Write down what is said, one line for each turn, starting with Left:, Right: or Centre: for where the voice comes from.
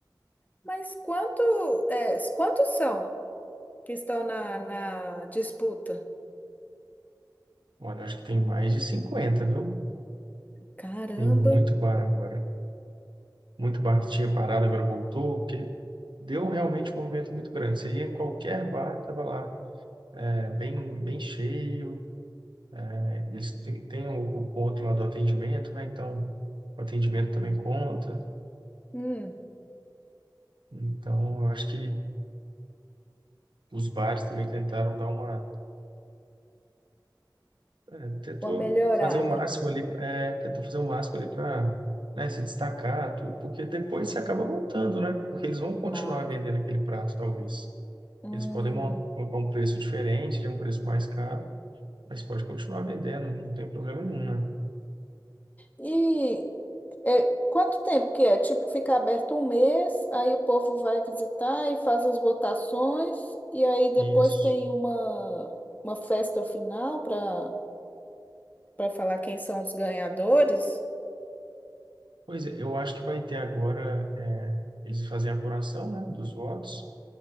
Left: Mas quanto, é, quantos são que estão na, na disputa?
Right: Olha, acho que tem mais de cinquenta viu?
Left: Caramba.
Right: Tem muito bar agora. Muito bar que tinha parado, agora voltou, porque deu realmente um movimento muito grande. Você ia em qualquer bar, estava lá, é, bem, bem cheio. É, eles têm, têm o, o ponto lá do atendimento, né? Então, o atendimento também conta.
Left: Hum,
Right: Então, eu acho que os bares também tentaram dar uma. É, tentou
Left: Uma melhorada.
Right: fazer o máximo ali, é, tentou fazer o máximo ali para, né, se destacar, tudo, porque depois você acaba voltando, né? Porque eles vão continuar
Left: claro.
Right: vendendo aquele prato, talvez.
Left: Hum.
Right: Eles podem mon- colocar um preço diferente, ali, um preço mais caro, mas pode continuar vendendo, não tem problema nenhum, né?
Left: E é, quanto tempo que é? Tipo, fica aberto um mês, aí o povo vai visitar e faz as votações, e aí depois
Right: Isso.
Left: tem uma, uma festa final para para falar quem são os ganhadores?
Right: Pois é, eu acho que vai ter agora, é, eles fazem a apuração, né, dos votos.